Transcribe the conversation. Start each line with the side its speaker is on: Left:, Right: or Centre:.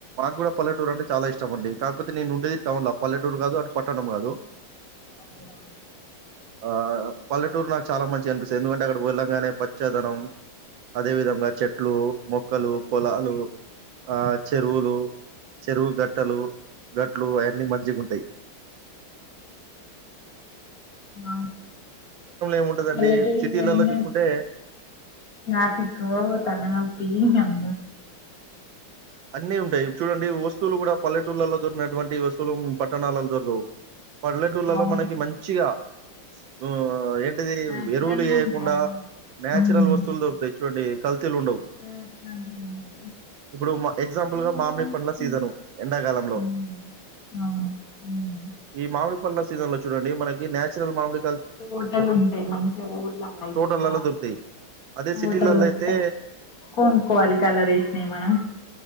Right: నాకు కూడా పల్లెటూరు అంటే చాలా ఇష్టమండి కాకపోతే నేను ఉండేది టౌన పల్లెటూరు కాదు అటు పట్టణం కాదు
Left: అవునా
Right: ఆహ్, పల్లెటూరు నాకు చాలా మంచిగ అనిపిస్తది ఎందుకంట అక్కడికి వెళ్లాగానే పచ్చదనం అదే విధంగా చెట్లు మొక్కలు పొలాలు ఆ చెరువులు చెరువు గట్ ట్టలు గట్లు అయన్నీ మంచిగుంటాయి
Left: ఆ
Right: ఏముంటదండి,
Left: పల్లెటూరుకి
Right: సిటీలలో
Left: పోయిన్న
Right: చూసుకుంటే
Left: రాత్రికో తల నొప్పి యం
Right: అన్నీ ఉంటాయి చూడండి వస్తువులు కూడా పల్లెటూళ్లలో దొరికినటువంటి వస్తువులు పట్టణాలలో దొరకవు పల్లెటూళ్లలో
Left: అవును
Right: మనకి మంచిగా మ్ ఎ ది
Left: నాచురల్
Right: ఎరువులు
Left: గా
Right: ఎయకుండా
Left: ఉంటాయి అన్ని ఉమ్
Right: న్యాచురల్ వస్తువులు దొరుకుతాయి చూడండి కల్తీలుండవు
Left: ఇక్కడ అట్లాంటివి ఉండవు
Right: ఇప్పుడు మా ఎగ్జాంపుల్
Left: ఊర్లు
Right: గా మామిడి
Left: ఉంటే
Right: పండ్ల
Left: కొంచెం
Right: సీజను ఎండాకాలంలో
Left: ఉమ్ అవును ఉమ్
Right: ఈమామి మామిడి పండ్ల సీజన్ లో చూడండి మనకి న్యాచురల్ మామిడి
Left: హోటలు ఉంటాయి మంచిగా ఊర్లలా అయినా
Right: తోటలలో దొరుకుతాయి. అదే సిటీలలో
Left: హటలు ఉంటాయి
Right: అయితే
Left: కొనుోవాలి కలర్ వేసినాయి మనం